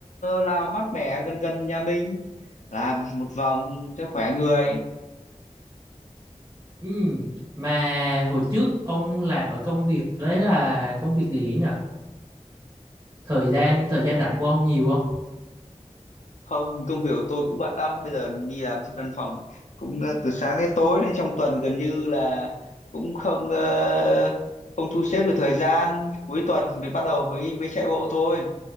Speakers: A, on the left; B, on the right.
A: nào mát mẻ gần gần nhà mình làm một vòng cho khỏe người
B: Ừ, mà hồi trước ông làm ở công việc đấy là công việc gì ấy nhở? Thời gian thời gian rảnh của ông nhiều không?
A: không công việc của tôi cũng bận lắm bây giờ đi làm trên văn phòng cũng ờ, từ sáng đến tối nên trong tuần gần như là cũng không ờ, không thu xếp được thời gian cuối tuần mới bắt đầu mới mới chạy bộ thôi